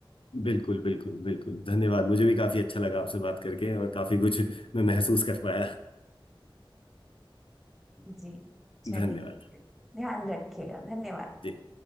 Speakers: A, on the left; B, in the centre.
A: बिल्कुल बिल्कुल बिल्कुल धन्यवाद मुझे भी काफी अच्छा लगा आपसे बात करके और काफी कुछ मैं महसूस कर पाया
B: जी चलिए
A: धन्यवाद
B: ध्यान रखिएगा धन्यवाद
A: जी